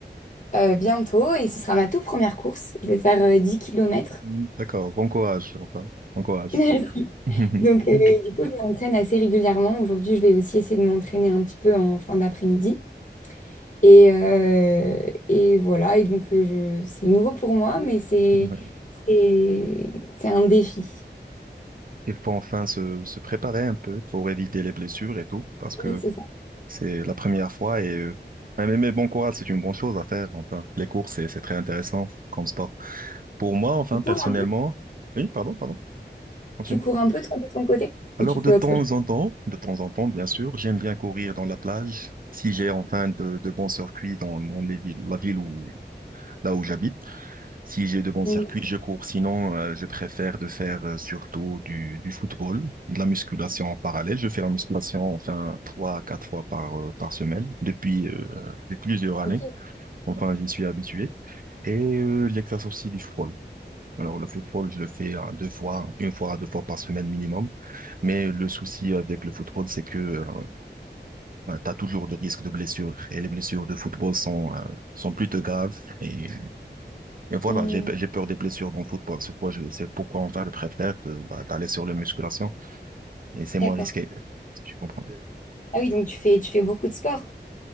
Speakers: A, on the left; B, on the right.
A: euh, bientôt, et ce sera ma toute première course. Je vais faire euh, 10 km.
B: Mm, D'accord, bon courage, enfin, bon courage.
A: <laughs>
B: <laughs>
A: Donc, euh, du coup, je m'entraîne assez régulièrement. Aujourd'hui, je vais aussi essayer de m'entraîner un petit peu en fin d'après-midi. Et, euh, et voilà, et donc euh, je, c'est nouveau pour moi, mais c'est
B: Ouais.
A: c'est c'est un défi.
B: Il faut enfin se, se préparer un peu pour éviter les blessures et tout, parce que
A: Oui, c'est ça.
B: C'est la première fois et euh, mais, mais bon courage, c'est une bonne chose à faire. Enfin, les courses, c'est c'est très intéressant comme sport. Pour moi, enfin,
A: Tu cours
B: personnellement,
A: un,
B: oui, pardon, pardon, continue.
A: tu cours un peu, toi, de ton côté,
B: Alors,
A: ou tu fais
B: de temps
A: autre chose?
B: en temps, de temps en temps, bien sûr, j'aime bien courir dans la plage. Si j'ai enfin de, de bons circuits dans, dans les villes, la ville où, là où j'habite, si j'ai de bons
A: Mhm.
B: circuits, je cours. Sinon, euh, je préfère de faire euh, surtout du, du football, de la musculation en parallèle. Je fais la musculation enfin trois à quatre fois par, euh, par semaine depuis, euh, depuis plusieurs années.
A: Ok.
B: Enfin, j'y suis habitué. Et euh, l'exercice aussi du football. Alors, le football, je le fais euh, deux fois, une fois à deux fois par semaine minimum. Mais le souci avec le football, c'est que tu as toujours de risques de blessures. Et les blessures de football sont, euh, sont plutôt graves. Et, et voilà,
A: Hmm,
B: j'ai, j'ai peur des blessures dans le football. C'est quoi, je- c'est pourquoi on va le préfère de- bah, d'aller sur les musculations. Et c'est moins
A: d'accord.
B: risqué, si tu comprends.
A: Ah oui, donc tu fais, tu fais beaucoup de sport.